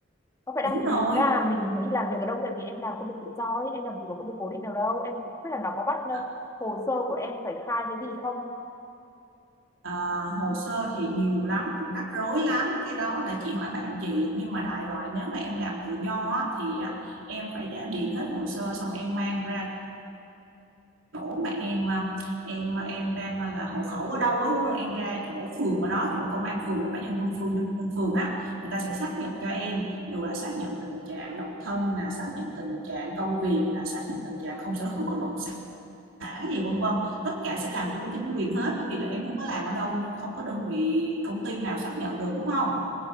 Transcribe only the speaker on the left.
Có phải
đăng
ký là mình phải đi làm việc ở đâu tại vì em làm công việc tự do ấy, em làm gì có công việc cố định nào đâu. Em cũng không biết là nó có bắt ờ,
hồ sơ của em phải khai cái gì không.